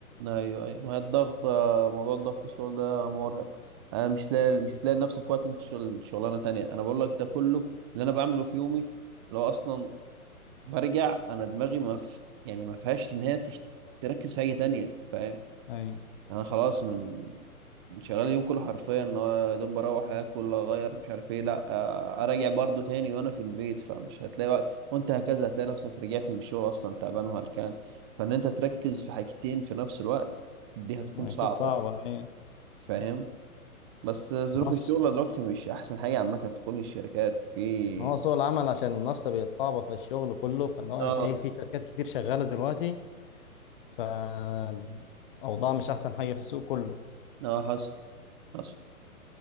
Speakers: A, on the right (about 20°); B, on the left (about 35°).
A: ايوه ايوه ما هي الضغط آه، موضوع الضغط الشغل ده مرهق آه، مش لاقي مش هتلاقي لنفسك وقت انت شغل شغلانه تانية انا بقول لك ده كله اللي انا بعمله في يومي لو اصلا برجع انا دماغي ما ف... يعني ما فيهاش ان هي تش... تركز في حاجه تانية فاهم
B: ايوه
A: انا خلاص من شغال اليوم كله حرفيا إن هو يا دوب بروح اكل اغير مش عارف ايه لا آه، اراجع برضو تاني وانا في البيت فمش هتلاقي وقت وانت هكذا هتلاقي نفسك رجعت من الشغل اصلا تعبان وهلكان فان انت تركز في حاجتين في نفس الوقت دي هتكون
B: اكيد
A: صعبة
B: صعبه ايوه
A: فاهم بس ظروف
B: نص
A: الشغل دلوقتي مش احسن حاجة عامة في كل الشركات في
B: ما هو سوق العمل عشان المنافسه بقت صعبه في الشغل كله فاللي هو
A: اه
B: في ايه في شركات كتير شغاله دلوقتي فأوضاع مش أحسن حاجة في السوق كله
A: اه حصل حصل